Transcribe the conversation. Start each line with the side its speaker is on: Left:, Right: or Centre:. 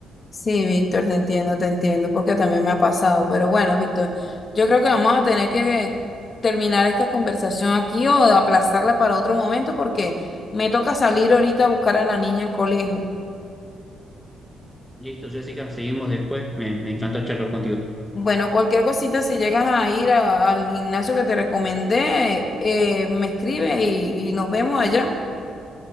Left: sí, Víctor, te entiendo, te entiendo, porque también me ha pasado. Pero bueno, Víctor, yo creo que vamos a tener que terminar esta conversación aquí o aplazarla para otro momento porque me toca salir ahorita a buscar a la niña al colegio.
Centre: Listo, Jessica, seguimos después. Me, me encantó charlar contigo.
Left: Bueno, cualquier cosita, si llegas a ir a- al gimnasio que te recomendé, eh, me escribe y, y nos vemos allá.